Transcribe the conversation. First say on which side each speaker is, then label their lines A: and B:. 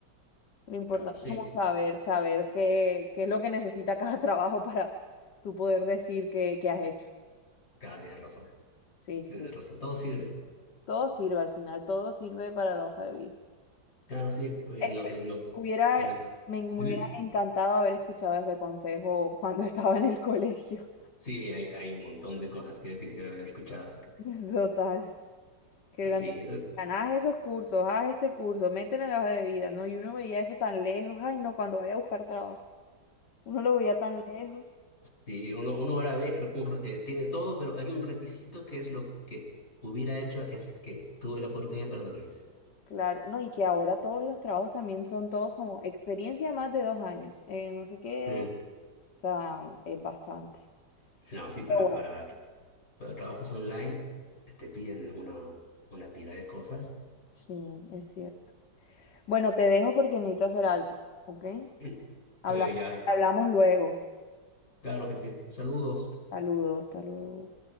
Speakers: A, on the left; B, on the left.
A: Lo importante
B: Claro, sí,
A: es como saber, saber qué, qué es lo que necesita cada <laughs> trabajo para tú poder decir que, has hecho.
B: cada tiene razón.
A: Sí, sí.
B: Tienes razón, todo sirve.
A: Todo sirve al final, todo sirve para la hoja de vida.
B: Claro, sí. En
A: Espe-
B: lo, en lo,
A: Hubiera,
B: en lo-
A: me, me
B: Sí,
A: hubiera encantado haber escuchado ese consejo cuando <laughs> estaba en el colegio.
B: sí, hay, hay un montón de cosas que yo quisiera haber escuchado. Que-
A: <laughs> Total. Que
B: Sí,
A: cuando te
B: eh,
A: decían, haz esos cursos, haz este curso, métele en la hoja de vida, ¿no? Y uno veía eso tan lejos. Ay, no, cuando vaya a buscar trabajo. Uno lo veía tan lejos.
B: sí, uno, uno ahora ve, r- un re- eh, tiene todo, pero hay un requisito que es lo que hubiera hecho, es que tuve la oportunidad, pero no lo hice.
A: Claro, no, y que ahora todos los trabajos también son todos como experiencia más de dos años, eh, no sé qué,
B: Mm.
A: o sea, es bastante.
B: No, sí, para,
A: Pero bueno,
B: para, para trabajos online eh, te piden una, una pila de cosas.
A: sí, es cierto. Bueno, te dejo porque necesito hacer algo, ¿ok?
B: <clears throat>
A: Habla-
B: Eh, ya,
A: hablamos luego.
B: claro que sí. Saludos.
A: Saludos, hasta luego.